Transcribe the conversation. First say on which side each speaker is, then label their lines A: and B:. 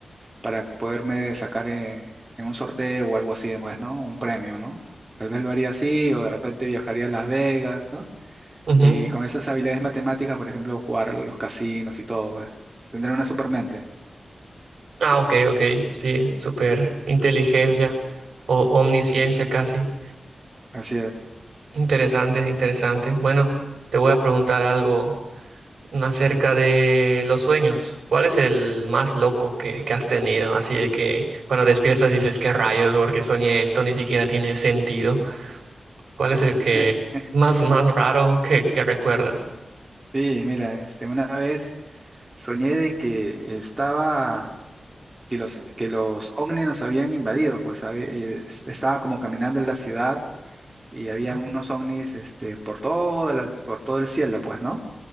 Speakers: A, on the right (about 20°); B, on the right (about 75°).
A: para poderme sacar en, en un sorteo o algo así, pues, ¿no? Un premio, ¿no? Tal vez lo haría así, o de repente viajaría a Las Vegas, ¿no?
B: Ujú.
A: Y con esas habilidades matemáticas, por ejemplo, jugar a los casinos y todo, pues, tendré una supermente.
B: Ah, ok, ok. Sí, súper inteligencia o omnisciencia casi.
A: Así es.
B: Interesante, interesante. Bueno, te voy a preguntar algo acerca de los sueños. ¿Cuál es el más loco que, que has tenido? Así de que cuando despiertas dices, ¿qué rayos? Porque soñé esto, ni siquiera tiene sentido. ¿Cuál es el que
A: <laughs>
B: más, más raro que, que recuerdas?
A: Sí, mira, este, una vez soñé de que estaba, que los, que los ovnis nos habían invadido, pues había- eh, es- estaba como caminando en la ciudad y había
B: Ujú.
A: unos ovnis, este, por toda la- por todo el cielo, pues, ¿no?